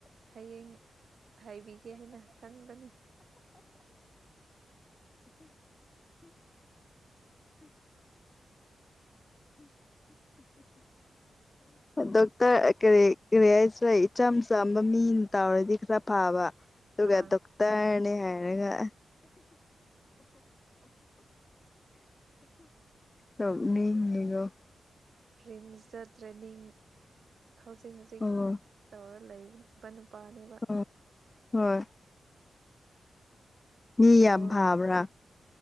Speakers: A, on the right; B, on the left.
A: ꯍꯌꯦꯡ ꯍꯥꯏꯕꯤꯒꯦ ꯍꯥꯏꯅ ꯈꯟꯕꯅꯦ <inaudible>
B: ꯑ ꯗꯣꯛꯇꯔ ꯀꯔꯤ ꯀꯔꯤ ꯍꯥꯏꯁꯦ ꯏꯆꯝ ꯆꯝꯕ ꯃꯤꯅ ꯇꯧꯔꯗꯤ ꯈꯔ ꯐꯕ ꯇꯒ
A: ꯑꯥ
B: ꯗ ꯇ ꯍꯥꯏꯅꯤ ꯍꯥꯏꯅꯒ ꯅꯅꯤꯒꯣ
A: ꯔꯤꯝꯁꯇ ꯆꯠꯇ꯭ꯔꯅꯤꯡ ꯍꯧꯖꯤꯛ ꯍꯧꯖꯤꯛ
B: ꯑꯣ
A: ꯇꯧꯔ ꯂꯩꯕꯅꯤ ꯕ ꯅꯨꯄꯥꯅꯦꯕ
B: ꯑꯣ ꯍꯣꯏ ꯃꯤ
A: ꯀꯣꯜ
B: ꯌꯥꯝꯐꯥꯕ꯭ꯔꯥ